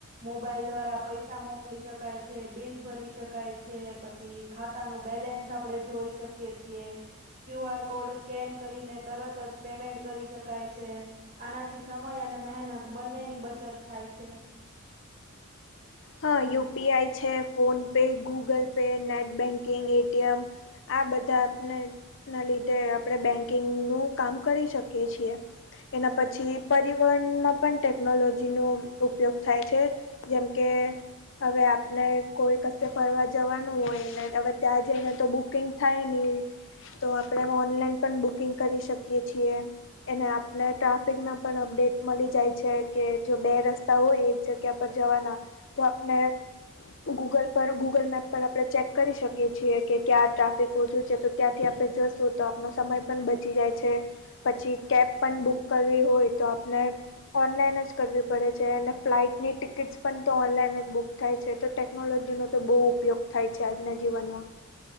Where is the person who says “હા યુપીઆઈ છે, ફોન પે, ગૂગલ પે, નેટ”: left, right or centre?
Left